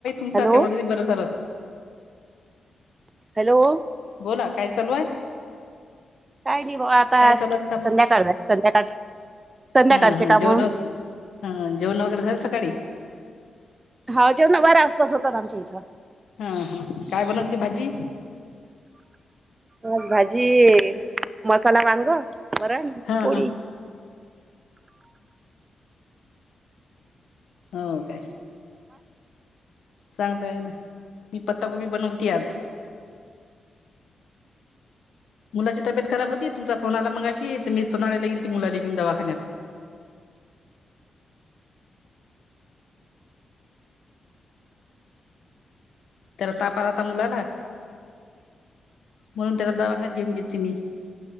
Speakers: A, on the left; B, on the right.
A: जाते
B: हॅलो
A: मध्येच बरं झालं.
B: हॅलो.
A: बोला काय चालू हाय?
B: काय नाही बा आता
A: चालू
B: संध्याकाळला
A: आहेत काम
B: संध्याकाळच संध्याकाळचे
A: हा हा
B: काम
A: जेवण हा जेवणं वगैरे झाली सकाळी?
B: हा जेवणं बरा असताच होतात आमच्या इथं.
A: हा हा. काय बनवती भाजी?
B: आज भाजी मसाला वांग, वरण
A: हा
B: तोडी
A: हा हो काय? चांगलं आहे ना. मी पत्तागोबी बनवलती आज. मुलाची तब्ययेत खराब होती तुमचा फोन आला मगाशी तर मी सोनाळला ली मुला घेऊन दवाखान्यात. त्याला ताप आला होता मुलाला म्हणून त्याला दवाखान्यात घेऊन गेलीती मी.